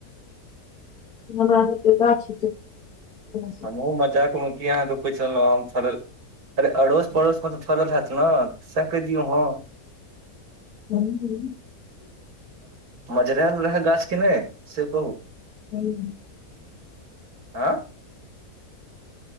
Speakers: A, on the left; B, on the right.
A: हमरा आर कें गाछी <inaudible>
B: हमहुँ मजाकमे की अहाँके पूछ लेलहुँ आम फड़ल अरे अड़ोस पड़ोसमे तऽ फड़ल हयत ने कहि दियौ हाँ
A: <inaudible>
B: मजरेल रहै गाछ कि नहि से कहू
A: हुँ
B: आँय